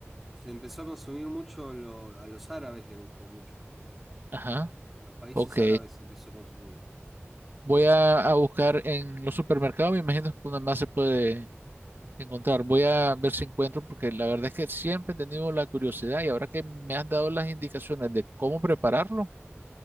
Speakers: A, in the centre; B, on the right.
A: y se empezó a consumir mucho, lo- a los árabes les gustó mucho.
B: Ajá,
A: En los países
B: ok.
A: árabes se empezó a consumir.
B: Voy a, a buscar en los supermercados, me imagino que una más se puede encontrar. Voy a ver si encuentro, porque la verdad es que siempre he tenido la curiosidad y ahora que me has dado las indicaciones de cómo prepararlo.